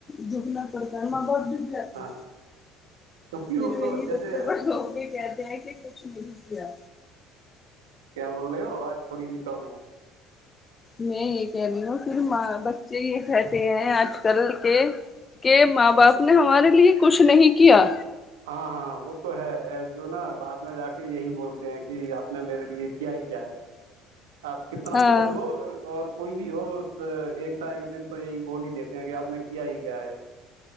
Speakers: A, on the left; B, on the right.
A: جھکناپڑتا ہے ماں باپ جھک جاتے
B: ہاں
A: ہے
B: کیونکہ
A: پھری
B: وہ تو جیسے
A: بچے بڑو ہو کے کہتے ہیں کہ کچھ نہیں کیا
B: کیا بول رہے ہو آواز تھوڑی سی کم ہے
A: میں یہ کہہ رہی ہوں پھراں بچے یہ رہتے ہیں آج کل کے کہ ماں باپ نے ہمارے لیے کچھ نہیں کیا
B: ہاں ہاں وہ تو ہے جو نا بعد میں جا کے یہی بولتے ہیں کہ آپ نے میرے لیے کیا ہی کیا ہے آپ کتنا
A: ہاں
B: بھی کر لو اور کوئی بھی ہو ایک س ایک دن تو یہی بول ہی دیتے ہیں کہ آپ نے کیا ہی کیا ہے